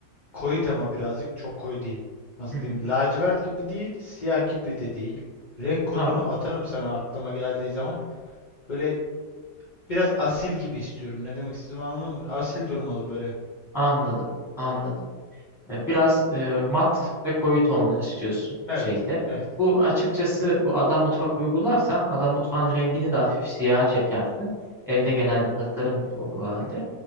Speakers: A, on the left; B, in the centre.
A: Koyu tema birazcık çok koyu değil. Nasıl
B: Hı hı.
A: diyeyim? Lacivert gibi değil, siyah gibi de değil. Renk kodunu
B: Tamam
A: atarım sana aklıma geldiği zaman. Böyle biraz asil gibi istiyorum. Ne demek istediğimi anladın mı? Asil durmalı böyle.
B: anladım anladım. E, Biraz e, mat ve koyu tonlar istiyorsun
A: Evet,
B: şeyde.
A: evet.
B: Bu açıkçası bu ada mutfak uygularsan ada mutfağın rengini de hafif siyah çekersin. Evde genel bir tasarım bile olur o halde.